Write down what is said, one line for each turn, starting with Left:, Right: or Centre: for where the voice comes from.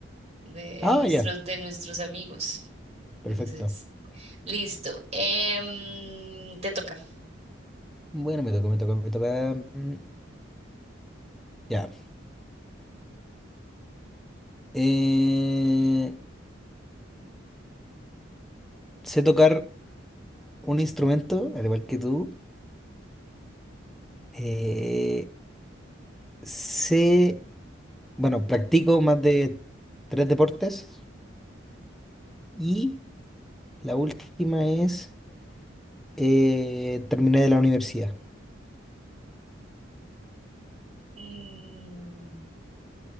Right: de,
Centre: Ah,
Right: en nuestros,
Centre: ya,
Right: de nuestros amigos.
Centre: perfecto.
Right: Entonces, listo. Em, te toca.
Centre: Bueno, me toca, me toca, me toca. mm, Ya. Eh, sé tocar un instrumento, al igual que tú. Eh, sé, bueno, practico más de tres deportes. Y la última es, eh, terminé de la universidad.
Right: Mm,